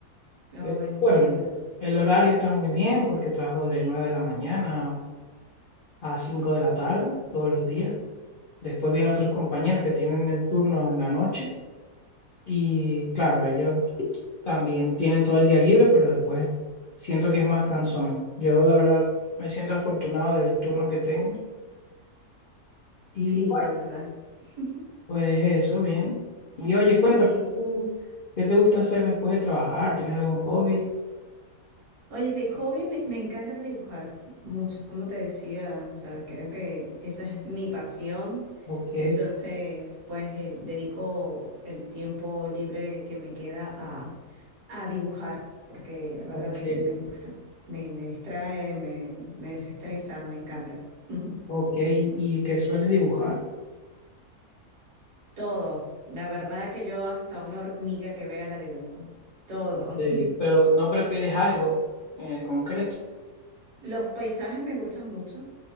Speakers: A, on the right; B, on the left.
A: oh,
B: Pero,
A: entiendo.
B: bueno, el horario está muy bien porque trabajo de 9 de la mañana a 5 de la tarde todos los días. Después vienen otros compañeros que tienen el turno en la noche y claro, ellos también tienen todo el día libre, pero después siento que es más cansón. Yo la verdad me siento afortunado del turno que tengo. Y
A: Sí, la verdad. <laughs>
B: Pues eso, bien. Y oye, cuéntame,
A: Sí.
B: ¿tú ¿qué te gusta hacer después de trabajar? ¿Tienes algún hobby?
A: Oye, de hobby me, me encanta dibujar mucho, como te decía, o sea, creo que esa es mi pasión.
B: Ok,
A: Entonces, pues eh, dedico el tiempo libre que me queda a, a dibujar, porque la verdad
B: ok,
A: me, me gusta, me, me distrae, me, me desestresa, me encanta. <laughs>
B: ok. ¿Y y qué
A: Sí.
B: sueles dibujar?
A: Todo. La verdad que yo hasta una hormiga que vea la dibujo. Todo.
B: En serio.
A: <laughs>
B: Pero no prefieres algo en concreto.
A: Los paisajes me gustan mucho,